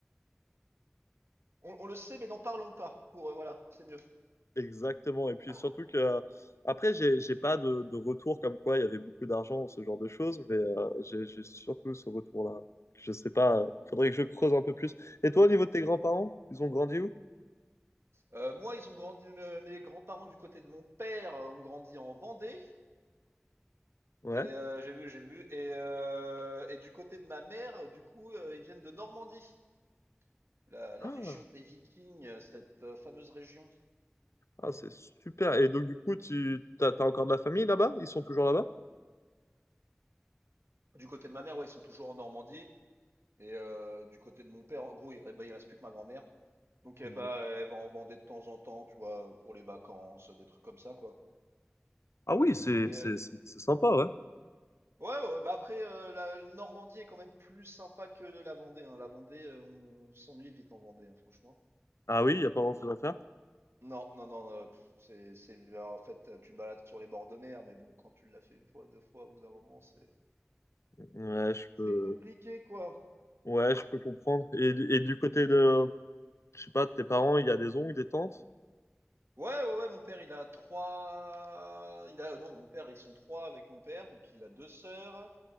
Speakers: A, on the right; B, on the left.
A: on, on le sait, mais n'en parlons pas. Pour euh, voilà, c'est mieux.
B: Exactement. Et puis
A: Ah.
B: surtout que, après, j'ai j'ai pas de, de retour comme quoi il y avait beaucoup d'argent, ou ce genre de choses, mais euh, j'ai j'ai surtout ce retour-là. Je sais pas, euh, faudrait que je creuse un peu plus. Et toi, au niveau de tes grands-parents, ils ont grandi où?
A: Euh, moi, ils ont grandi. me- Mes grands-parents du côté de mon père euh, ont grandi en Vendée.
B: Ouais.
A: Et euh, j'ai vu, j'ai vu. Et, euh, et du côté de ma mère, euh, du coup, euh, ils viennent de Normandie, la, la
B: Ah,
A: région des Vikings, euh, cette euh, fameuse région.
B: ah, c'est super. Et donc, du coup, tu t'as, t'as encore de la famille là-bas? Ils sont toujours là-bas?
A: Du côté de ma mère, ouais, ils sont toujours en Normandie. Et euh, du côté de mon père, en gros, il, re- bah, il reste plus que ma grand-mère. Donc elle
B: Non.
A: va, elle va en Vendée de temps en temps, tu vois, pour les vacances, des trucs comme ça, quoi.
B: Ah oui, c'est
A: Mais
B: c'est-
A: euh,
B: c'est- c'est sympa, ouais.
A: Ouais, ouais, bah après, euh, la Normandie est quand même plus sympa que la Vendée. hein. La Vendée, euh, on s'ennuie vite en Vendée, hein, franchement.
B: Ah oui, il n'y a pas grand-chose à faire.
A: Non, non, non, euh, pff, c'est, c'est, bah, en fait, euh, tu te balades sur les bords de mer, mais bon, quand tu l'as fait une fois, deux fois, ou d'un moment, c'est,
B: Ouais, je
A: c'est
B: peux,
A: compliqué, quoi.
B: ouais, je peux comprendre. Et, et du côté de, Je sais pas, tes parents, il y a des oncles, des tantes?
A: Ouais, ouais, ouais, mon père, il a trois, il a, euh, non, mon père, ils sont trois avec mon père, donc il a deux sœurs,